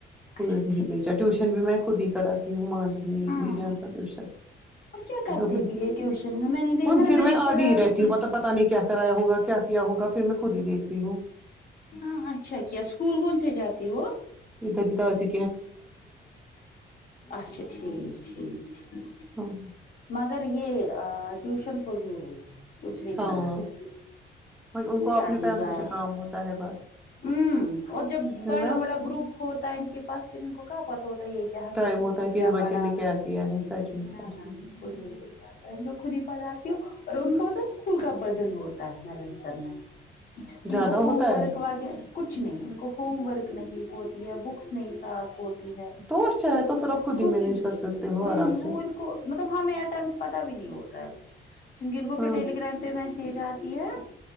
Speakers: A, on the left; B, in the centre.
A: اچھا
B: ادھر نہیں
A: ٹھیک
B: بھیجا ٹیوشن بھی میں خود ہی کرا وہ مانتی نہیں
A: ہاں
B: کہی جانتا ٹیوشن
A: اور کیا کرتے
B: ب
A: بھی ہے ٹیوشن میں میں نے دیکھا
B: وہ
A: نا
B: پھر میں
A: نے ان
B: آدی
A: کو لاسٹ
B: ہی رہتی ہوں
A: ایئر
B: مطلب پتا نہیں کیا کرایا ہوگا کیا کیا ہوگا پھر میں خود ہی دیکھتی ہوں
A: ہاں اچھا کیا اسکول کون سے جاتی وہ
B: ادری ہی تاجی
A: اچھا ٹھیک ٹھیک ٹھیک
B: ہاں
A: مگر یہ ٹیوشن فضول ہی ہے کچھ نہیں
B: ہاں
A: پڑھاتے
B: ان کو اپنے
A: ٹائم
B: پیسوں
A: ضایع
B: سے کام ہوتا ہے بس
A: ہوں اور جب
B: ہے
A: بڑا
B: نا
A: بڑا گروپ ہوتا ہے ان کے پاس پھر ان کو کہاں پتہ ہوتا ہے یہ کیا ہمیں
B: ٹائم
A: کس
B: ہوتا
A: کو
B: ہے کہ
A: کیا
B: اس بچے
A: پڑھانا
B: نے کیا ہے سچ میں
A: نہ
B: سچ
A: نہ
B: میں
A: یہ فضول کو خود ہی پڑھاتی ہوں اور ان کا پتا اسکول کا برڈن ہوتا ہے نلن سن میں ان
B: زیادہ
A: کو ہوم
B: ہوتا
A: ورک
B: ہے
A: کچھ نہیں ان کو ہوم ورک نہیں ہوتی ہے بکس نہیں ساتھ ہوتی ہو تی ہے
B: تو اچھا ہے تو پھر آپ خود ہی
A: کچھ
B: مینج
A: بھی
B: کر
A: ہ
B: سکتے ہو آرام
A: وہ
B: سے
A: ان کو مطلب ہمیں ای ٹائمس پتہ بھی نہیں ہوتا ہے کچھ کیوں کے ان کو پھر
B: ہاں
A: ٹیلی گرام پہ م سگے جاتی ہے